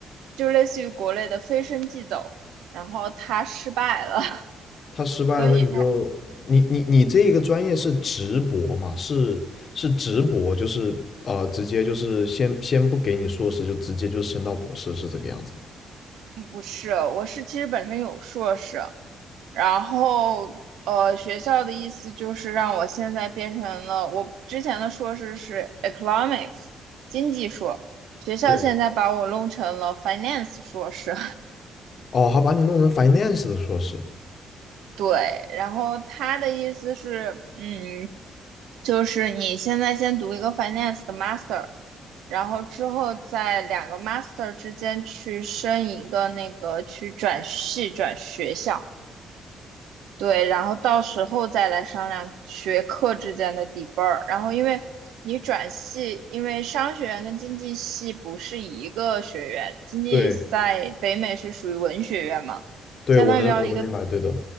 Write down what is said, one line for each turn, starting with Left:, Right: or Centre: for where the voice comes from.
Right: 就类似于国内的飞升即走，然后他失败了，
Left: 他失败了，
Right: <laughs> 所以他
Left: 那你就你你你这一个专业是直博嘛？是是直博，就是呃，直接就是先先不给你硕士，就直接就升到博士，是这个样子吗？
Right: 嗯不是，我是其实本身有硕士，然后呃，学校的意思就是让我现在变成了我之前的硕士是 economics 经济硕，学校现在把我弄成了
Left: 对。
Right: finance 硕士。
Left: 哦，还把你弄成 finance 的硕士。
Right: <laughs> 对，然后他的意思是，嗯，就是你现在先读一个 finance 的 master，然后之后在两个 master 之间去升一个那个去转系转学校。对，然后到时候再来商量学科之间的底分儿。然后，因为你转系，因为商学院跟经济系不是一个学院，经济在北美是属于文学院嘛，
Left: 对，对，
Right: 相当于要一个
Left: 我能我能明白，对的，